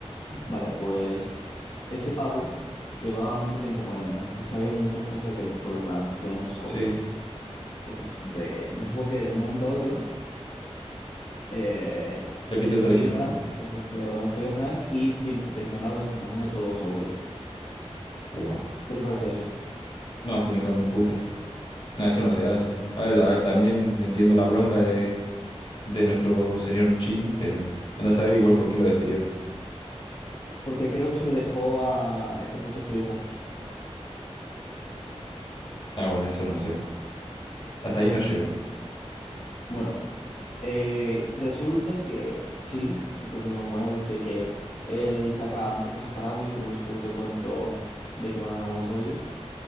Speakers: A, on the left (about 70°); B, on the left (about 50°).
A: Vale, pues ese pavo llevaba mucho tiempo con él, ¿no? Entonces sabía muchas cosas de, sobre Frank, tenía muchos audios.
B: Sí,
A: Entonces, de, no sé por qué, de un momento a otro eh,
B: le
A: lo
B: pinto
A: despidió
B: traicionarlo.
A: Frank, lo desp- lo despidió Frank y Chi empezó a traicionarlo dando todos los audios.
B: Buah.
A: ¿Qué te parece eso?
B: No, es un hijo de mil putas No, eso no se hace. A ver, a- también entiendo la bronca de, de nuestro señor Chin, pero anda a saber igual por qué lo despidió.
A: Porque creo que se lo dejó a ese puesto a su hijo.
B: Ah, bueno, eso no sé. Hasta ahí no llego.
A: Bueno, eh, resulta que Chi, este compañero, dice que él saca, empezó a sacar audios, que luego sí esto cuento de que van algunos audios.